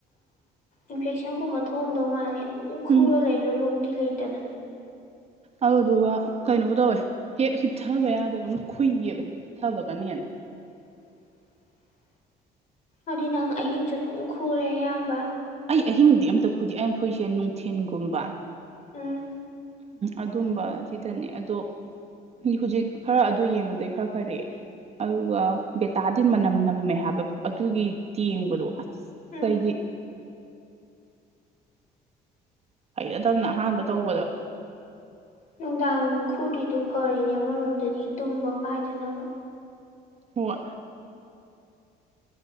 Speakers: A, on the left; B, on the right.
A: ꯏꯟꯐꯦꯛꯁꯟꯒꯨꯝꯕ ꯊꯣꯛꯑꯗꯧ ꯃꯥꯜꯂꯦ ꯑꯗꯨꯝ ꯈꯨꯔ
B: ꯎꯝ
A: ꯂꯩꯗꯣ ꯂꯣꯛꯇꯤ ꯂꯩꯇꯅ
B: ꯑꯗꯨ ꯗꯨꯒ ꯀꯩꯅꯣ ꯇꯧꯋꯦ ꯍꯦꯛ ꯍꯤꯞꯊꯕ ꯌꯥꯗꯦ ꯑꯗꯨꯝ ꯈꯨꯨꯏꯌꯦꯕ ꯍꯦꯛ ꯍꯤꯞꯊꯕ ꯀꯅ ꯍꯦꯟꯅ
A: <inaudible> ꯑꯗꯨꯗꯤ ꯅꯪ ꯑꯍꯤꯡꯁꯨ ꯑꯗꯨꯝ ꯈꯨꯔꯦ ꯑꯌꯥꯝꯕ
B: ꯑꯩ ꯑꯍꯤꯡꯗꯤ ꯑꯝꯇ ꯈꯨꯗꯦ ꯑꯩꯈꯏꯁꯦ ꯅꯨꯡꯊꯤꯟꯒꯨꯝꯕ
A: ꯎꯝ
B: ꯑꯗꯨꯝꯕ ꯁꯤꯗꯅꯦ ꯑꯗꯣ ꯍꯧꯖꯤꯛ ꯈꯔ ꯑꯗꯨ ꯌꯦꯡꯉꯨꯗꯩ ꯈꯔ ꯐꯔꯛꯑꯦ ꯑꯗꯨꯒ ꯕꯦꯇꯥꯗꯤꯟ ꯃꯅꯝ ꯅꯝꯃꯦ ꯍꯥꯏꯕ ꯑꯗꯨꯒꯤ ꯇꯦꯡꯕꯗꯣ
A: ꯎꯝ
B: ꯆꯩꯒꯤ ꯍꯩꯅꯗꯕꯅ ꯑꯍꯥꯟꯕ ꯇꯧꯕꯗ
A: ꯅꯨꯡꯗꯥꯡ ꯈꯨꯗꯔꯤꯗꯨ ꯐꯔꯤꯅꯦ ꯑꯃꯔꯣꯝꯗꯗꯤ ꯇꯨꯝꯕ ꯀꯥꯏꯗꯅꯕ
B: ꯍꯣꯏ